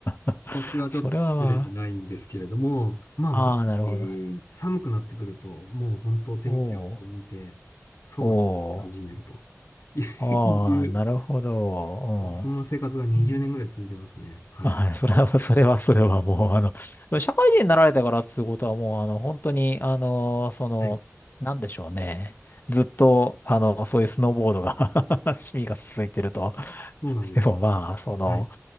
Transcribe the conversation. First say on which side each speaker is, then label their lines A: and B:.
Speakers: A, on the left (about 40°); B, on the left (about 60°).
A: <laughs>
B: 今年はちょっと作れてないんですけれども、
A: それはま
B: まあ、
A: あ、
B: 毎年寒くなってくると、
A: ああ、なるほど。
B: もう本当天気予報を見て、
A: おお。
B: そわそわし始めると
A: おー、ああ、
B: いう、
A: なるほど。
B: そんな生活が20年ぐらい続いてますね。
A: うん。
B: はい。
A: あ、それは、<laughs> それは、それはもう、あの、社会人になられてからってことはもう、あの、本当に、あの、その、
B: はい。
A: なんでしょうね。ずっと、あの、そういうスノーボードが <laughs> 趣味が続いてると。<laughs>
B: そうなんです。
A: でもまあ、その、
B: はい。